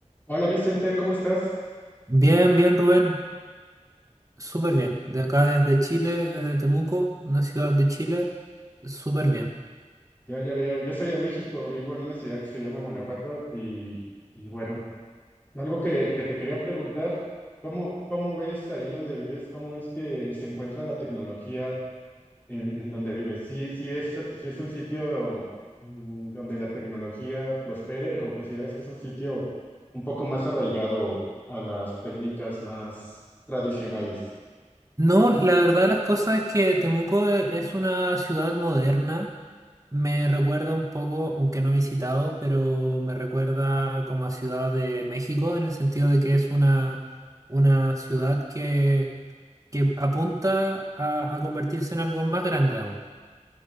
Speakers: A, on the left; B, on the right.
A: Hola Vicente, ¿cómo estás?
B: Bien, bien, Rubén, súper bien. De acá desde Chile, desde Temuco, una ciudad de Chile, súper bien.
A: Yo ya veo, yo soy de México, vivo en una ciudad que se llama Guanajuato y, y bueno, algo que, que te quería preguntar, ¿cómo, cómo ves ahí donde vives? ¿Cómo es que se encuentra la tecnología en, en donde vives? ¿Sí, sí es, sí es un sitio mm, donde la tecnología prospere o consideras que es un sitio un poco más arraigado a las técnicas más tradicionales?
B: No, la verdad de las cosas es que Temuco e- es una ciudad moderna. Me recuerda un poco, aunque no he visitado, pero me recuerda como a Ciudad de México, en el sentido de que es una, una ciudad que, que apunta a, a convertirse en algo más grande aún.